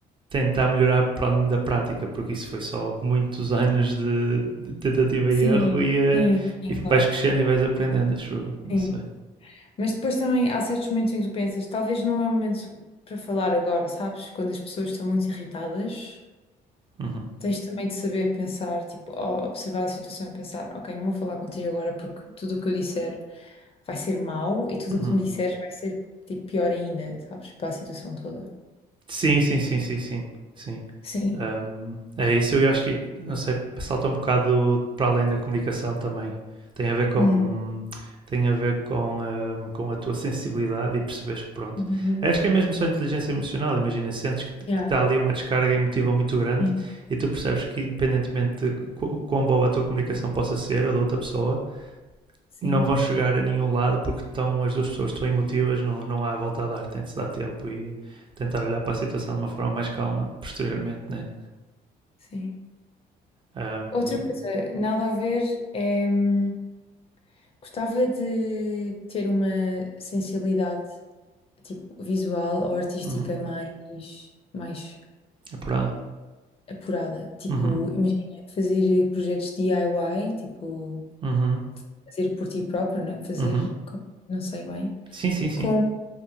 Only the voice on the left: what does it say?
sim,
sim, sim,
claro.
Sim.
Mas depois também há certos momentos em que tu pensas, talvez não é o momento para falar agora, sabes? Quando as pessoas estão muito irritadas.
Tens também de saber pensar, tipo, o- observar a situação e pensar, ok, não vou falar contigo agora porque tudo o que eu disser vai ser mau e tudo
o que tu me disseres vai ser, tipo, pior ainda, sabes? Para a situação toda.
Sim.
Uhum.
Uhum.
Yeah.
Sim,
sim,
sim.
Outra coisa, nada a ver, é, hum, gostava de ter uma sensibilidade, tipo, visual ou artística
mais, mais
apurada. Tipo,
imagina fazer projetos DIY, tipo,
fazer por ti próprio, né? Fazer,
com- não sei bem,
com,